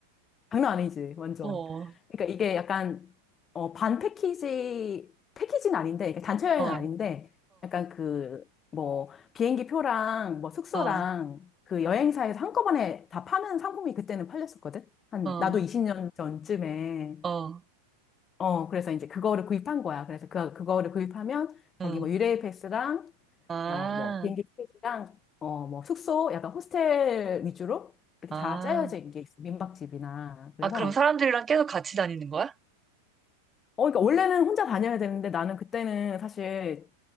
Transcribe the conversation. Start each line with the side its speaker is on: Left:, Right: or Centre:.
Left: 장난 아니지, 완전.
Right: 어, 어,
Left: 그러니까 이게 약간, 어, 반 패키지, 패키지는 아닌데, 그러니까 단체 여행은
Right: 어,
Left: 아닌데, 약간 그, 뭐, 비행기 표랑, 뭐, 숙소랑,
Right: 어,
Left: 그 여행사에서 한꺼번에 다 파는 상품이 그때는 팔렸었거든? 한,
Right: 어.
Left: 나도 20년 전쯤에.
Right: 어,
Left: 어, 그래서 이제 그거를 구입한 거야. 그래서 그, 그거를 구입하면,
Right: 응.
Left: 거기 뭐, 유레일 패스랑,
Right: 아,
Left: 어, 뭐, 비행기 티켓이랑, 어, 뭐, 숙소, 약간 호스텔 위주로, 이렇게
Right: 아.
Left: 다 짜여진 게 있어. 민박집이나. 그래서,
Right: 아, 그럼 사람들이랑 계속 같이 다니는 거야?
Left: 어, 그러니까 원래는 혼자 다녀야 되는데 나는 그때는 사실